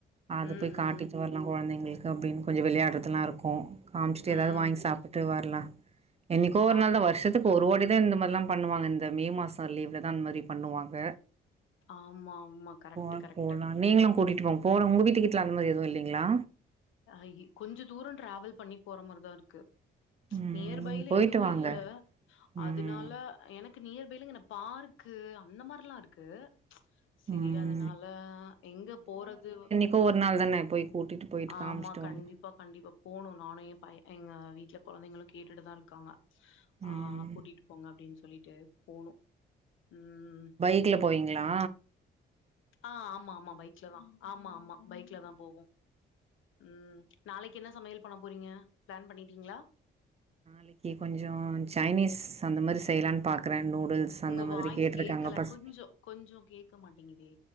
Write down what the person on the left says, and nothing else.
ம்
ம்
ம்
ஆமா
ஆமா ஆமா கரெக்ட்டு
கரெக்ட்டு
ஹா இ கொஞ்ச தூரொ ட்ராவல் பண்ணி போற மார்தா இருக்கு
நியர் பைல
எதுவு
இல்ல
அதுனால எனக்கு நியர்பைலங்க என பார்க்கு அந்த மார்லா இருக்கு செரி
அதனால எங்க போறதுவ்
ஆமா கண்டிப்பா
கண்டிப்பா இப்ப போணு நானு ஏ பை எங்க வீட்ல கொழந்தைங்களு கேட்டுட்டுதா இருக்காங்க ஆ
கூட்டிட்டு போங்க அப்டின் சொல்லிட்டு போனு ம்
ஆ ஆமா ஆமா பைக்ல தா ஆமா ஆமா பைக்ல தா போவோ ம் நாளைக்கி என்ன சமையல் பண்ண போறீங்க ப்ளான் பண்ணிட்டீங்ளா
உங்க
வாய்ஸ்
கேக்கல
கொஞ்சோ கொஞ்சு கேக்க மாட்டேங்கிதே